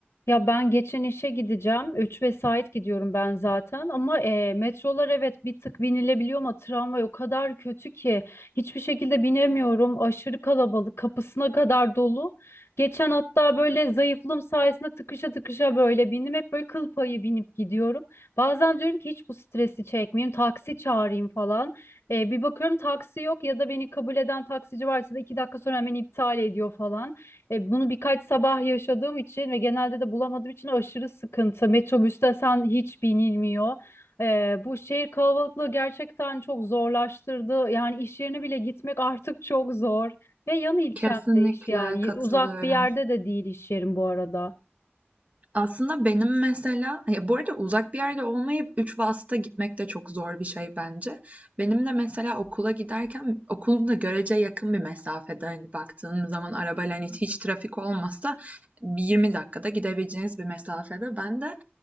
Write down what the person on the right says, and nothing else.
Kesinlikle
katılıyorum.
Aslında benim mesela, ya bu arada uzak bir yerde olmayıp üç vasıta gitmek de çok zor bir şey bence. Benim de mesela okula giderken okulum da görece yakın bir mesafede hani baktığın zaman arabayla hani hiç trafik olmasa bir 20 dakikada gidebileceğiniz bir mesafede. Ben de